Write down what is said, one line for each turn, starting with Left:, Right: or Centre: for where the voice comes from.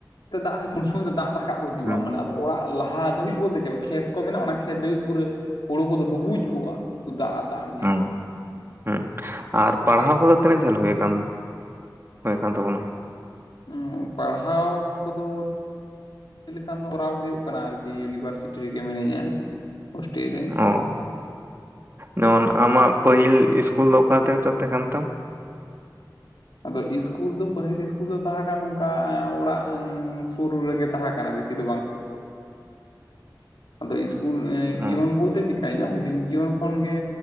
Left: ᱛᱮ ᱫᱟᱜ ᱦᱤᱡᱩᱜ ᱩᱱ ᱥᱚᱢᱚᱭ ᱫᱚ ᱫᱟᱜ ᱨᱟᱠᱟᱵ ᱠᱚ ᱦᱤᱡᱩᱜᱼᱟ
Right: ᱦᱩᱸ
Left: ᱢᱟᱱ ᱟᱫᱚ ᱚᱲᱟᱜ ᱞᱟᱦᱟ ᱫᱷᱟᱹᱵᱤᱡ ᱵᱚᱞᱛᱮ ᱪᱮᱫ ᱠᱷᱮᱛ ᱠᱚ ᱢᱮᱱᱟᱜᱼᱟ ᱚᱱᱟ ᱠᱷᱮᱛ ᱫᱷᱟᱹᱵᱤᱡ ᱯᱩᱨᱟᱹ ᱦᱩᱲᱩ ᱠᱚᱫᱚ ᱰᱩᱵᱩᱡ ᱠᱚᱜᱼᱟ ᱫᱟᱜ ᱫᱟᱜ ᱮᱢ ᱧᱮᱞᱟ
Right: ᱦᱩᱸ ᱦᱩᱸ ᱟᱨ ᱯᱟᱲᱦᱟᱣ ᱠᱚᱫᱚ ᱛᱤᱱᱟᱹᱜ ᱡᱷᱟᱹᱞ ᱦᱩᱭ ᱟᱠᱟᱱ ᱦᱩᱭ ᱟᱠᱟᱱ ᱛᱟᱵᱚᱱᱟ
Left: ᱦᱸ ᱯᱟᱲᱦᱟᱣ ᱠᱚᱫᱚ ᱢᱮᱱ ᱞᱮᱠᱷᱟᱱ ᱫᱚ ᱠᱚᱨᱟᱣ ᱦᱩᱭᱩᱜ ᱠᱟᱱᱟ ᱟᱨᱠᱤ ᱤᱭᱩᱱᱤᱵᱷᱟᱨᱥᱤᱴᱤ ᱨᱮᱜᱮ ᱢᱤᱱᱟᱹᱧᱟ ᱦᱳᱥᱴᱮᱞ ᱨᱮ
Right: ᱚ ᱡᱮᱢᱚᱱ ᱟᱢᱟᱜ ᱯᱟᱹᱦᱤᱞ ᱤᱥᱠᱩᱞ ᱫᱚ ᱚᱠᱟ ᱛᱮ ᱪᱚ ᱛᱟᱦᱮᱸ ᱠᱟᱱ ᱛᱟᱢ
Left: ᱟᱫᱚ ᱤᱥᱠᱩᱞ ᱫᱚ ᱯᱟᱹᱦᱤᱞ ᱤᱥᱠᱩᱞ ᱫᱚ ᱛᱟᱦᱮᱸ ᱠᱟᱱᱟ ᱱᱚᱝᱠᱟ ᱚᱲᱟᱜ ᱥᱩᱨ ᱨᱮᱜᱮ ᱛᱟᱦᱮᱸ ᱠᱟᱱᱟ ᱵᱤᱥᱤ ᱫᱚ ᱵᱟᱝ ᱟᱫᱚ ᱤᱥᱠᱩᱞ ᱡᱤᱭᱚᱱ
Right: ᱚ
Left: ᱵᱚᱞᱛᱮ ᱪᱮᱠᱟᱹᱭᱟᱹᱧᱟᱹ ᱦᱩᱰᱤᱧ ᱡᱤᱭᱚᱱ ᱠᱷᱚᱱᱜᱮ